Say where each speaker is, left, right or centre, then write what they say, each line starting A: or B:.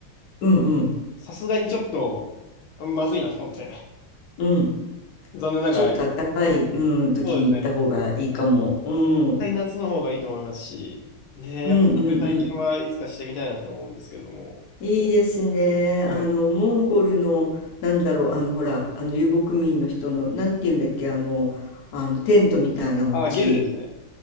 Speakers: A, on the left (about 55°); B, on the left (about 75°).
A: うんうん
B: さすがにちょっとまずいなと思って、
A: うん。
B: 残念ながら、
A: ちょっと暖かい、
B: あ
A: うん、時に行った方がいいかも。
B: そうですね。絶
A: うん。うん
B: 対夏の方がいいと思いますし、ねえ、
A: うんう
B: やっぱそういう体験はいつかしてみたいなと思うんですけれども。
A: ん。いいですね。
B: はい。
A: あの、モンゴルの、なんだろう、あの、ほら、あの、遊牧民の人の、なんていうんだっけ、あの、あの、テントみたいなお家。
B: あ、ゲルですね。